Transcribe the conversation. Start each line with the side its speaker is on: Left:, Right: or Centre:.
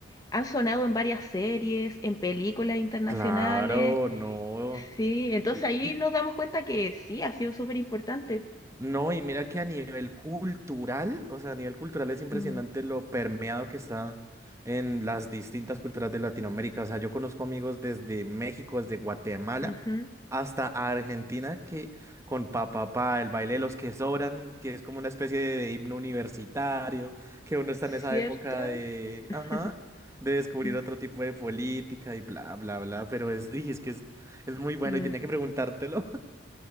Left: han sonado en varias series, en películas internacionales.
Right: Claro, no.
Left: Sí, entonces
Right: Y,
Left: ahí nos damos cuenta que sí, ha sido súper importante.
Right: No, y mira que a nivel cultural, o sea, a nivel cultural es impresionante
Left: Mm,
Right: lo permeado que está en las distintas culturas de Latinoamérica. O sea, yo conozco amigos desde México, desde Guatemala
Left: ujú,
Right: hasta Argentina que con papá, el baile de los que sobran, que es como una especie de, de himno universitario, que uno está en esa
Left: ¿Cierto?
Right: época de,
Left: <laughs>
Right: ajá, de descubrir
Left: Mm,
Right: otro tipo de política y bla, bla, bla, pero es, uy, es que es, es muy bueno
Left: mm.
Right: y tenía que preguntártelo.